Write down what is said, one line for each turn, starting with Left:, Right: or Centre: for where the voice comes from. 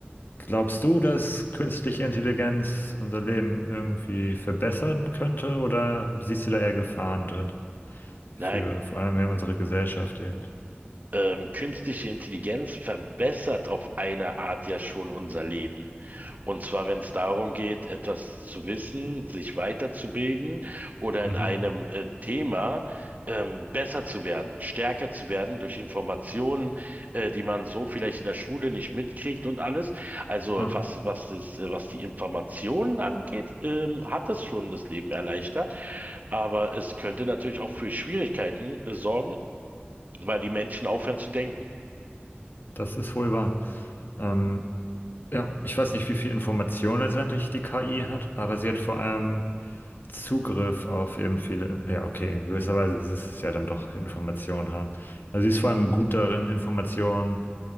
Left: glaubst du, dass künstliche Intelligenz unser Leben irgendwie verbessern könnte oder siehst du da eher Gefahren drin? Für
Right: Na,
Left: vor allem ja unsere Gesellschaft eben.
Right: ähm, künstliche Intelligenz verbessert auf eine Art ja schon unser Leben. Und zwar, wenn es darum geht, etwas zu wissen, sich weiterzubilden oder
Left: Mhm.
Right: in einem äh, Thema ähm, besser zu werden, stärker zu werden durch Informationen, äh, die man so vielleicht in der Schule nicht mitkriegt und alles. Also
Left: Ah,
Right: was, was das, äh, was die Informationen angeht, ähm, hat es schon das Leben erleichtert. Aber es könnte natürlich auch für Schwierigkeiten äh, sorgen, weil die Menschen aufhören zu denken.
Left: das ist wohl wahr. Ähm, Ja, ich weiß nicht, wie viel Information letztendlich die KI hat, aber sie hat vor allem Zugriff auf eben viele. Ja, okay, in gewisser Weise ist es ja dann doch Information haben. Also sie ist vor allem gut darin, Informationen